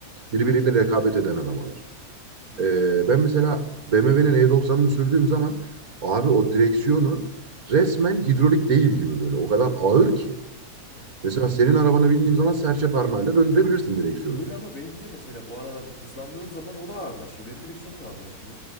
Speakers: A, on the right; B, on the left.
A: birbiriyle rekabet eden arabalar.
B: Hmm.
A: E, ben mesela BMW'nin E90'ını sürdüğüm zaman abi o direksiyonu resmen hidrolik değil gibi böyle. O kadar ağır ki.
B: Evet.
A: Mesela senin arabana bindiğim zaman serçe parmağıyla döndürebilirsin direksiyonu.
B: Öyle ama benimki de mesela bu aralar hızlandığım zaman o da ağırlaşıyor. Benim direksiyonum da ağırlaşıyor.